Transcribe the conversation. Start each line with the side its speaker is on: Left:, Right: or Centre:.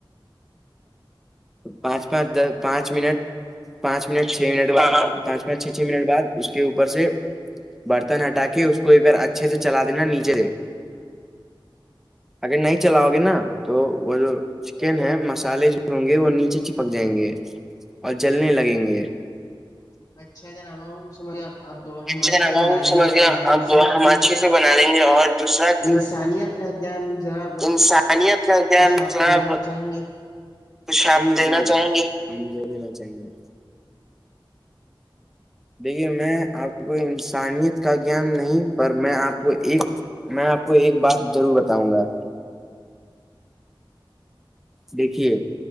Left: ہ
Centre: پانچ پانچ دس پانچ منٹ پانچ منٹ چھ منٹ بعد پانچ پانچ چھ چھ منٹ بعد اس کے اوپر سے برتن ہٹا کے اس کو ایک بار اچھے سے چلا دینا نیچے سے
Left: <inaudible>
Centre: اگر نہیں چلاؤ گے نا تو وہ جو چکن ہے مسالے جو ہوں گے وہ نیچے چپک جائیں گے اور جلنے لگیں گے
Left: اچھا جنابا سمجھ اب
Centre: اچھا
Left: ہم اھے
Centre: جناب
Left: سے بنا
Centre: ہم
Left: لیں
Centre: سمجھ
Left: گے
Centre: گیا
Left: اور دوسرا
Centre: اب ہم
Left: کہ
Centre: اچھے سے بنا لیں گے اور دوسرا کہ
Left: انسانیت کا گیان جناب
Centre: انسانیت کا گان
Left: کچھ آپ
Centre: جناب
Left: دینا چاہیں گے
Centre: کچھ ہم دینا چاہیں گے ہم دے دینا چاہیں گے دیکھیے میں آپ کو انسانیت کا گان نہیں پر میں آپ کو ایک میں آپ کو ایک بات ضرور بتاؤں گا دیکھیے